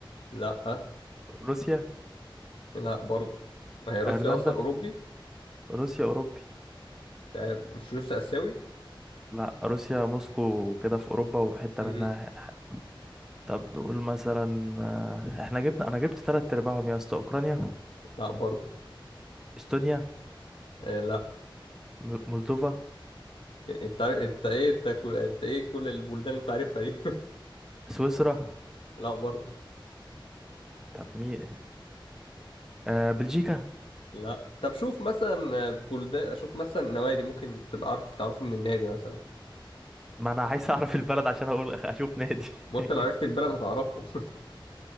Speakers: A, on the left; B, in the centre.
A: <laughs> لا آه،
B: روسيا
A: لا برضه وهي روسيا
B: أيرلندا
A: اصلا اوروبي
B: روسيا أوروبي
A: مش عارف مش روسيا اسيوي
B: لا روسيا موسكو كده في اوروبا وحته
A: م،
B: منها طب نقول مثلا آه، احنا جبنا انا جبت تلات ارباعهم يا اسطى اوكرانيا
A: لا برضه
B: استونيا
A: آه لا
B: م- مولدوفا
A: انت عارف انت ايه انت كل انت ايه كل البلدان اللي انت عارفها دي
B: سويسرا
A: <laughs> لا برضه
B: طب مين آه بلجيكا
A: لا طب شوف مثلا بلدان شوف مثلا نوادي ممكن تبقى عارف تعرفه من النادي مثلا
B: ما انا عايز اعرف البلد عشان اقول اشوف نادي
A: ما انت
B: <laughs>
A: لو عرفت البلد هتعرفه <laughs>